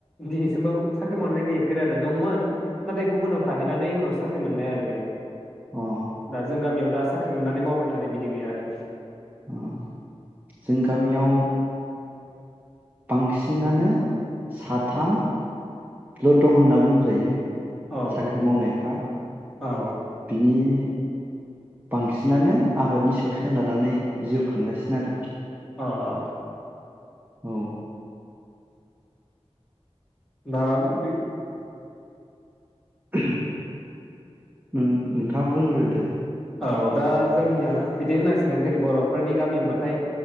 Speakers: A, in the centre; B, on the right.
A: दिनैसिमबो साख्रि मावनाया गैयैफेर आरो दंमोन नाथाय गुबुनाव थाहैनानै उनाव साख्रि मोननाय आरो बेयो।
B: अ
A: दा जों गामियाव दा साख्रि मोननानै मावबाय थानाय बिदि गैया आरो।
B: ओ जों गामियाव बांसिनानो साथामल दं होनना बुंजायो ।
A: औ
B: साख्रि मावनायफ्रा
A: औ
B: बिनि बांसिन बिसिनानो आबादनि सायाव सोनारनानै जिउ खांगासिनो आरो।
A: अ अ।
B: औ।
A: दा बे
B: उम नों नोंथाङा बुंग्रो दे।
A: औ दा जोंनिया बिदिनो होननांसिगोन जोंनि बर'फोरनि गामि होनबाथाय